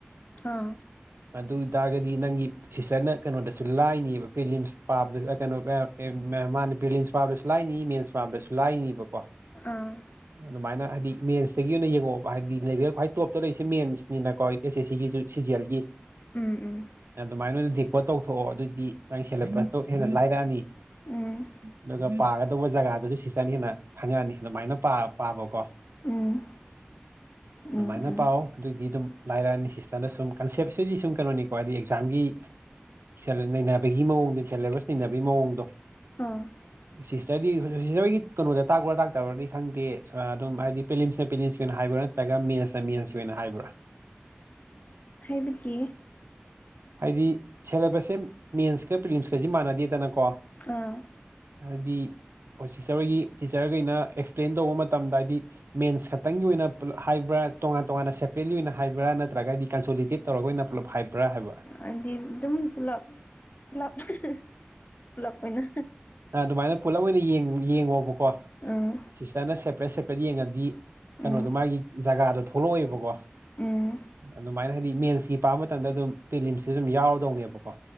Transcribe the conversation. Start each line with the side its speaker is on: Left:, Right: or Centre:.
Left: ꯍꯥ
Right: ꯑꯗꯨ ꯇꯥꯔꯒꯗꯤ ꯅꯪꯒꯤ ꯁꯤꯁꯇꯔꯅ ꯀꯩꯅꯣꯗꯁꯨ ꯂꯥꯏꯅꯤꯕ ꯄ꯭ꯔꯤꯂꯤꯝꯁ ꯄꯥꯕꯗꯁꯨ ꯑ ꯀꯩꯅꯣ ꯑ ꯑꯦ ꯃꯦ ꯃꯥꯅꯦ ꯄ꯭ꯔꯤꯂꯤꯝꯁ ꯄꯥꯕꯗꯁꯨ ꯂꯥꯏꯅꯤ ꯃꯤꯝꯁ ꯄꯥꯕꯗꯁꯨ ꯂꯥꯏꯅꯤꯕꯀꯣ
Left: ꯑꯥ
Right: ꯑ ꯗꯨꯃꯥꯏꯅ ꯍꯥꯏꯗꯤ ꯃꯦꯟꯁꯇꯒꯤ ꯑꯣꯏꯅ ꯌꯦꯡꯉꯛꯑꯣꯕ ꯍꯥꯏꯗꯤ ꯂꯦꯕꯦꯜ ꯈ꯭ꯋꯥꯏ ꯇꯣꯞꯇ ꯂꯩꯔꯤꯁꯦ ꯃꯦꯟꯁꯅꯤꯅꯀꯣ ꯑꯦꯁ ꯑꯦꯁ ꯁꯤꯒꯤꯁꯨ ꯁꯤꯖꯤꯌꯦꯜꯒꯤ
Left: ꯎꯝ ꯎꯝ
Right: ꯑꯗꯨꯃꯥꯏꯅ ꯑꯣꯏꯅ ꯗꯤꯀꯣꯠ ꯇꯧꯊꯣꯛꯑꯣ ꯑꯗꯨꯏꯗꯤ ꯅꯪꯒꯤ ꯁꯦꯂꯦꯕꯁꯇꯣ ꯍꯦꯟꯅ ꯂꯥꯏꯔꯛ ꯑꯅꯤ
Left: ꯎꯝ
Right: ꯑꯗꯨꯒ ꯄꯥꯒꯗꯧꯕ ꯖꯒꯥꯗꯨꯗꯤ ꯁꯤꯁꯇꯔꯅ ꯍꯦꯟꯅ ꯈꯪꯉꯛ ꯑꯅꯤ ꯑꯗꯨꯃꯥꯏꯅ ꯄꯥꯕ ꯄꯥꯕꯀꯣ
Left: ꯎꯝ ꯎꯝ
Right: ꯑꯗꯨꯃꯥꯏꯅ
Left: ꯎꯝ
Right: ꯄꯥꯎ ꯑꯗꯨꯑꯣꯏꯗꯤ ꯑꯗꯨꯝ ꯂꯥꯏꯔꯛꯑꯅꯤ ꯁꯤꯁꯇꯔꯅ ꯁꯨꯝ ꯀꯟꯁꯦꯞꯁꯤꯗꯤ ꯁꯨꯝ ꯀꯩꯅꯣꯅꯤꯀꯣ ꯍꯥꯏꯗꯤ ꯖꯥꯝꯒꯤ ꯁꯤꯜ ꯅꯩꯅꯕꯒꯤ ꯃꯑꯣꯡꯗꯣ ꯁꯦꯂꯦꯕꯁ ꯅꯩꯅꯕꯒꯤ ꯃꯑꯣꯡꯗꯣ
Left: <unintelligible>
Right: ꯁꯤꯁꯇꯔꯗꯤ ꯁꯤꯁꯇꯔꯒꯤ ꯀꯩꯅꯣꯗ ꯇꯥꯛꯄ꯭ꯔꯥ ꯇꯥꯛꯇꯕ꯭ꯔꯥꯗꯤ ꯈꯪꯗꯦ ꯑ ꯑꯗꯨꯝ ꯍꯥꯏꯗꯤ ꯄꯤꯂꯤꯟꯁꯅ ꯄꯤꯂꯦꯟꯁ ꯀꯤ ꯑꯣꯏꯅ ꯍꯥꯏꯕ꯭ꯔꯥ ꯅꯠ ꯇꯔꯒ ꯃꯦꯟꯁꯅ ꯃꯦꯟꯁꯒꯤ ꯑꯣꯏꯅ ꯍꯥꯏꯕ꯭ꯔꯥ
Left: ꯍꯥꯏꯕꯗꯤ
Right: ꯍꯥꯏꯗꯤ ꯁꯦꯂꯦꯕꯁꯁꯦ ꯃꯦꯟꯁꯀ ꯄ꯭ꯂꯤꯝꯁꯀꯁ ꯃꯥꯟꯅꯗꯦꯗꯅꯀꯣ
Left: ꯑꯥ
Right: ꯍꯥꯏꯗꯤ ꯑꯣ ꯁꯤꯁꯇꯔꯒꯤ ꯇꯤꯆꯔꯒꯩꯅ ꯑꯦꯛꯁꯄ꯭ꯂꯦꯟ ꯇꯧꯕ ꯃꯇꯝꯗ ꯍꯥꯏꯗꯤ ꯃꯦꯟꯁ ꯈꯛꯇꯪꯒꯤ ꯑꯣꯏꯅ <unintelligible> ꯍꯥꯏꯕ꯭ꯔ ꯇꯣꯉꯥꯟ ꯇꯣꯉꯥꯟꯅ ꯁꯦꯄꯔꯦꯠꯂꯤ ꯑꯣꯏꯅ ꯍꯥꯏꯕ꯭ꯔ ꯅꯠꯇ꯭ꯔꯒꯗꯤ ꯀꯟꯁꯣꯂꯤꯇꯦꯠ ꯇꯧꯔꯒ ꯑꯣꯏꯅ ꯄꯨꯂꯞ ꯍꯥꯏꯕ꯭ꯔ ꯍꯥꯏꯕ
Left: ꯑꯩꯗꯤ ꯑꯗꯨꯝ ꯄꯨꯂꯞ ꯄꯨꯂꯞ <unintelligible> ꯄꯨꯂꯞ ꯑꯣꯏꯅ
Right: ꯑꯗꯨꯃꯥꯏꯅ ꯄꯨꯂꯞ ꯑꯣꯏꯅ ꯌꯦꯡ ꯌꯦꯡꯉꯣꯕꯀꯣ
Left: ꯎꯝ
Right: ꯁꯤꯁꯇꯔꯅ ꯁꯦꯄꯔꯦꯠ ꯁꯦꯄꯔꯦꯠ ꯌꯦꯡꯉꯗꯤ ꯀꯩꯅꯣꯗꯣ
Left: ꯎꯝ
Right: ꯃꯥꯒꯤ ꯖꯒꯥꯗꯣ ꯊꯣꯛꯂꯛꯑꯣꯏꯕꯀꯣ
Left: ꯎꯝ
Right: ꯑꯗꯨꯝꯃꯥꯏꯅ ꯍꯥꯏꯗꯤ ꯃꯦꯟꯁꯀꯤ ꯄꯥ ꯃꯇꯝꯗ ꯑꯗꯨꯝ ꯄꯤꯂꯤꯝꯁꯤ ꯑꯗꯨꯝ ꯌꯥꯎꯔꯗꯧꯅꯦꯕꯀꯣ